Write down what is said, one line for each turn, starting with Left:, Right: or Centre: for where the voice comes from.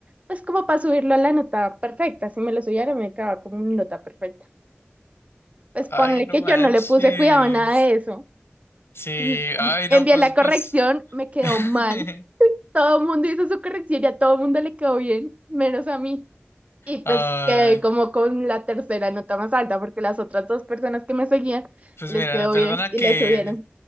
Right: Pues como para subirlo a la nota perfecta. Si me lo subiera, me quedaba como mi nota perfecta. Pues ponle
Left: ay, no
Right: que
Left: manches.
Right: yo no le puse cuidado a nada de eso.
Left: Sí,
Right: L-
Left: ay,
Right: Envié
Left: no, pues,
Right: la corrección,
Left: pues.
Right: me quedó
Left: <laughs>
Right: mal. Todo el mundo hizo su corrección y a todo el mundo le quedó bien, menos a mí. Y
Left: Ay,
Right: pues quedé como con la tercera nota más alta, porque las otras dos personas que me seguían
Left: pues
Right: les
Left: mira,
Right: quedó
Left: perdona
Right: bien y
Left: que,
Right: les subieron.